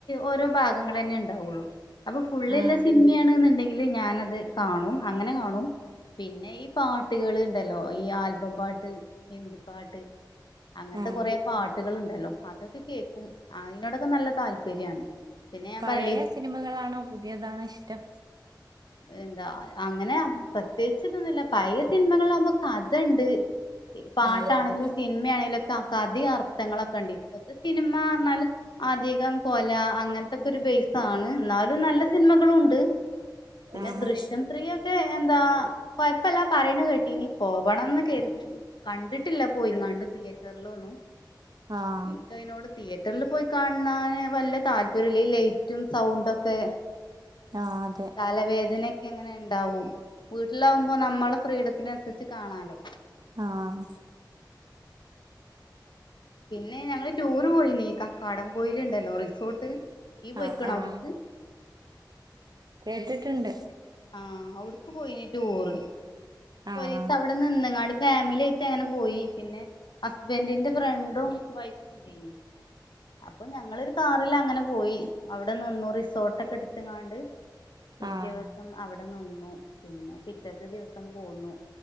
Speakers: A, on the left; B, on the right.
A: ഓരോ ഭാഗങ്ങളൾ തന്നെ ഉണ്ടാവുള്ളു അപ്പൊ ഫുള്ള്ല്ല
B: ആഹ്
A: സിനിമാണ്ുണ്ടെങ്കിൽ ല് ഞാനത് കാണും അങ്ങനെ കാണും പിന്നെ ഈ പാട്ടുകൾ ഇണ്ടല്ലോ ഈ ആൽബം പാട്ട് ഹിന്ദി പാട്ട് അങ്ങനത്തെ
B: ആഹ്
A: കുറ പാട്ടുകുണ്ടല്ലോ അതൊക്കെ കേക്കും അതിനോടൊക്കെ നല്ല താല്പര്യമാണ് പിന്നെ ഞാൻ
B: പഴയ
A: പറഞ്ഞില്ലേ
B: സിനിമകളാണോ പുതിയതാണോ ഇഷ്ടം
A: എന്താ അങ്ങനെ പ്രത്യേകി ഇതൊന്നുമല്ല പഴയ സിനിമകളാകുമ്പോ കഥ ഉണ്ട് പാട്ടാണെങ്കലും
B: ആഹ് അതെ
A: സിനിമ ആണെങ്കലും കതി അർത്ഥങ്ങളൊക്കെ ഉണ്ട് ഇപ്പത്തെ സിനിമ എന്നാൽ അധികം കൊല അങ്ങനത്തെക്കെ ഒരു ബാണ് എന്നാലും നല്ല സിനിമകള ഉണ്ട് പിന്നെ
B: ആഹ്
A: ദൃശ്യം സ്ത്രീൊക്കെ എന്താ കൊഴപ്പല്ലാ പറയണ കേട്ടി ഇനി പോവണംന്ന് കരുതി കണ്ടിട്ടില്ല പോയിങ്ങാണ്ട് തിയേറ്ററൽ ഒന്നും
B: ആഹ്
A: എനക്ക് അതിനോട് തിയേറ്ററിൽ പോയി കാണാന് വല്ല താല്പര്യംല്ല ഈ ലൈറ്റും സൗണ്ടൊക്കെ
B: അതെ
A: തലവേദനൊക്കെ എങ്ങനെ ഉണ്ടാവും വീട്ടിലാകുമ്പോൾ നമ്മള ഫ്രീഡത്തിനനുസരിച്ച് കാണാലോ
B: ആഹ
A: പിന്നെ ഞങ്ങള് ടൂര് പോയിന്ീ കക്കാടം പോയിലുണ്ടല്ലോ റിസോർട്ട് ീ പോയിക്കണോ
B: ആഹ് ആഹ്
A: അവിടുച്ച്
B: കേട്ടിട്ടുണ്ട്
A: ആ അവിടക്ക് പോയിന് ടൂറ്
B: ആഹ്
A: ഒരു ദിവസം അവിടെ നിന്നങ്ങാ ഫാമിലി അങ്ങനെ പോയി പിന്നെ ഹസ്ബൻഡന്റെ ഫ്രണ്ടും വൈഫും ഉണ്ടനി അപ്പൊ ഞങ്ങളൊരു കാറൽ അങ്ങനെ പോയി അവിടെന്ന്ന്നു റിസോർട്ടൊക്കെ എടുത്തങ്ങാണ്ട് ഒരു
B: ആഹ
A: ദിവസം അവിടെ നിന്നു പിന്നെ പിറ്റത്തെ ദിവസം പോന്നു